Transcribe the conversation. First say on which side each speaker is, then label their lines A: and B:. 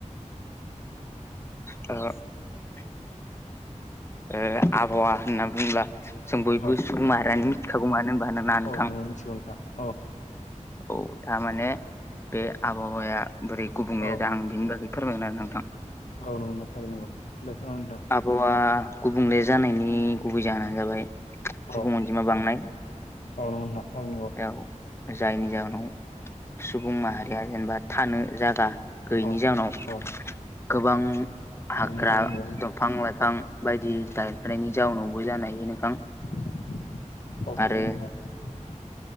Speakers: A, on the left (about 20°); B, on the left (about 70°).
A: <unintelligible> ऐ आबहावा होनना बुंङोब्ला जों बयबो
B: औ
A: सुबुं माहारियानो
B: थारनांगौ
A: मिथिखागौ मानो होनबा ना नोंथां?
B: औ नोंगौ मिथिगौ नोंथां औ
A: औ थारमाने बे आबहावाया बोरै गुबुंल
B: औ
A: जादों आं बेनि बागै फोरमायगोन आरो नोंथां।
B: औ नंगौ नंगौ थारैनो नंगौ <unintelligible>
A: आबहावा गुबुंले जानायनि गुबै जाहोनानो जाबाय
B: औ
A: सुबुं अनजिमा बांनाय
B: औ नंगौ नोंथां थारैनो नोंगौ।
A: औ जायनि जाहोनाव सुबुं माहारिया जेनेबा थानो जागा गैयैनि
B: औ
A: जाहोनाव
B: औ
A: गोबां
B: औ
A: हाग्रा
B: नों थारैनो नंगौ
A: दंफां लाइफां बायदि दानफानायनि जाउनावबो जानो हायो नोंथां।
B: <unintelligible>
A: आरो